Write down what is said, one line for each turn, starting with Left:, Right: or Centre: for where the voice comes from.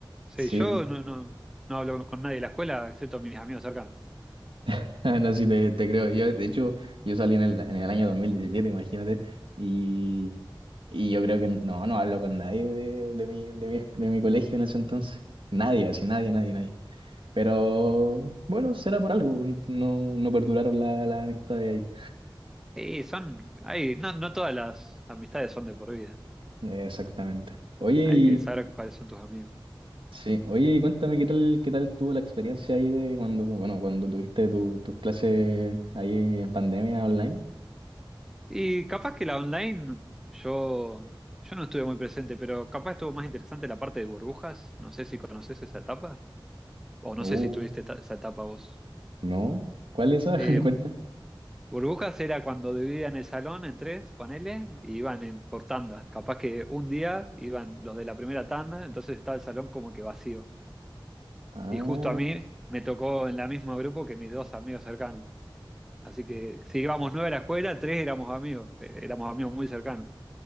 Centre: Sí,
Right: sí,
Centre: yo no, no, no hablo con nadie de la escuela, excepto mis amigos cercanos.
Right: <laughs> no sé si te, te creo. Yo, de hecho, yo salí en el, en el año dos mil diecisiete imagínate, y, y yo creo que no, no hablo con nadie de, de mi, de mi, de mi colegio en ese entonces. Nadie, así nadie, nadie, nadie. Pero bueno, será por algo, no, no perduraron la, la amistad de ahí.
Centre: Y son, hay, no, no todas las amistades son de por vida.
Right: Exactamente. Oye,
Centre: Hay que
Right: y,
Centre: saber cuáles son tus amigos.
Right: sí, oye, y cuéntame qué tal, qué tal estuvo la experiencia ahí de cuando, bueno, cuando tuviste tu- tus clases ahí en pandemia online.
Centre: Y capaz que la online, yo, yo no estuve muy presente, pero capaz estuvo más interesante la parte de burbujas. No sé si conoces esa etapa, o no
Right: Uh,
Centre: sé si tuviste esta- esa etapa vos.
Right: no. ¿Cuál es esa?
Centre: Eh,
Right: <laughs> Cuenta.
Centre: burbujas era cuando dividían el salón en tres, ponele, y iban en, por tandas. Capaz que un día iban los de la primera tanda, entonces estaba el salón como que vacío.
Right: Ah,
Centre: Y justo a mí me tocó en la misma grupo que mis dos amigos cercanos. Así que si íbamos nueve a la escuela, tres éramos amigos, eh, éramos amigos muy cercanos.